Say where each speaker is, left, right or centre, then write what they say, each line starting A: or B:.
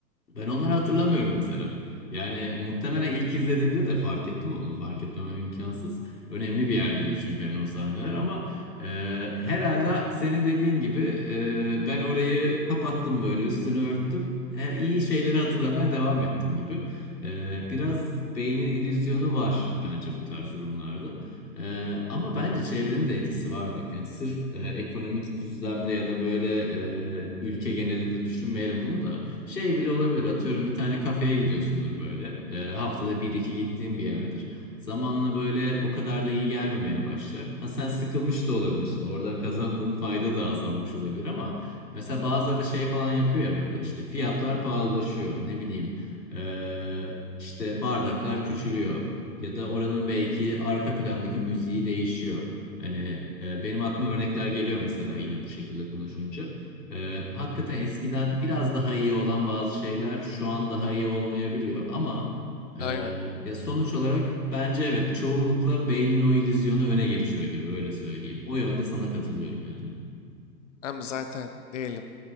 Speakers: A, on the left; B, on the left.
A: Ben onları hatırlamıyorum mesela. Yani muhtemelen ilk izlediğimde de fark ettim onu. Fark etmemem imkansız. Önemli bir yerdeydi çünkü yani o sahneler ama e, herhalde senin dediğin gibi e, ben orayı kapattım böyle üstünü örttüm. He, iyi şeyleri hatırlamaya devam ettim gibi. E, biraz beynin illüzyonu var bence bu tarz durumlarda. E, ama bence çevrenin de etkisi var bak. Yani sırf e, ekonomik düzlemde ya da böyle e, ülke genelinde düşünmeyelim bunu da. Şey bile olabilir. Atıyorum bir tane kafeye gidiyorsundur böyle. Ee, haftada bir iki gittiğin bir yerdir. Zamanla böyle o kadar da iyi gelmemeye başlar. Ha sen sıkılmış da olabilirsin. Oradan kazandığın fayda da azalmış olabilir ama mesela bazıları da şey falan yapıyor ya böyle işte fiyatlar pahalılaşıyor. Ne bileyim ee, işte bardaklar küçülüyor. Ya da oranın belki arka plandaki müziği değişiyor. Hani e, benim aklıma örnekler geliyor mesela yine bu şekilde konuşunca. Ee, hakikaten eskiden biraz daha iyi olan bazı şeyler şu an daha iyi olmayabiliyor ama e,
B: Aynen.
A: ya sonuç olarak bence evet çoğunlukla beynin o illüzyonu öne geçiyor gibi öyle söyleyeyim. O yönde sana katılıyorum yani.
B: Hem zaten diyelim